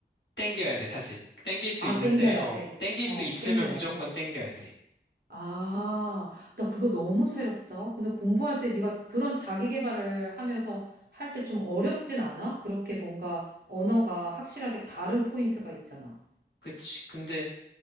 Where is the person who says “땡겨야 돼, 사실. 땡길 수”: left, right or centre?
Left